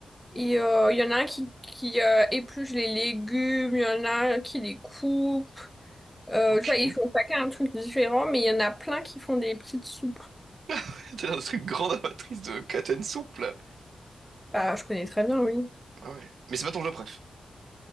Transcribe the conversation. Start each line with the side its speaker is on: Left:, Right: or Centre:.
Centre: Et euh, il y en a un qui, qui euh, épluche les légumes, il y en a un qui les coupe. Euh,
Right: Ok.
Centre: tu vois, ils font chacun un truc différent, mais il y en a plein qui font des petites soupes.
Right: <laughs> T'es dans ce truc grande amatrice de Katen soupe, là.
Centre: Bah, je connais très bien, oui.
Right: Ah ouais. Mais c'est pas ton jeu préf.